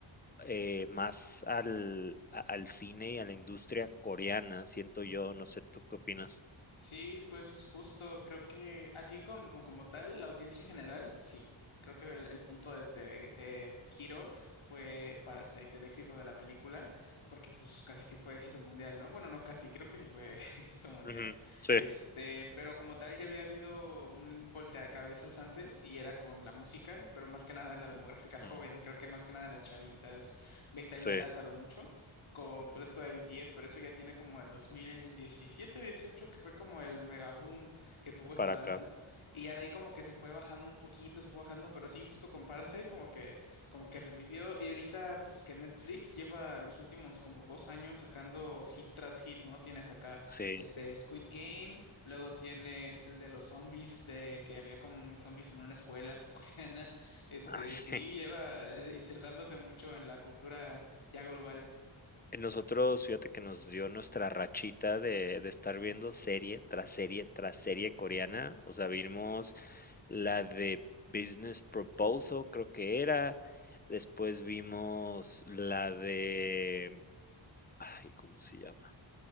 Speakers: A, on the left; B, on the left.
A: eh, más al, a- al cine y a la industria coreana, siento yo, no sé, ¿tú qué opinas?
B: Sí, pues justo creo que así con- como tal, la audiencia general, sí. Creo que el, el punto de, de- de giro fue Parasite, el éxito de la película, porque pues casi que fue éxito mundial, ¿no? Bueno, no casi, creo que sí fue <laughs> éxito mundial.
A: Ujú, Sí,
B: Este, pero como tal ya había habido un volteacabezas antes y era con la música, pero más que nada en la demográfica joven,
A: mm,
B: creo que más que nada en las chavitas, veinteañeras
A: sí,
B: a lo mucho con pues esto de BTS, pero eso ya tiene como el dos mil diecisiete-dieciocho que fue como el mega boom que tuvo esta
A: para
B: banda,
A: acá.
B: y ya de ahí como que se fue bajando un poquito, se fue bajando, pero sí, justo con Parasite como que, como que revivió, y ahorita pues que Netflix lleva los últimos como dos años sacando hit tras hit, ¿no? Tienes acá
A: sí,
B: este Squid Game, luego tienes el de los zombies, de que había como zombies en una escuela <laughs> coreana, este
A: <laughs> ah, sí.
B: sí, lleva eh, insertándose mucho en la cultura ya global.
A: Nosotros, fíjate que nos dio nuestra rachita de, de estar viendo serie tras serie tras serie coreana. O sea, vimos la de Business Proposal, creo que era. Después vimos la de, ay, ¿cómo se llama?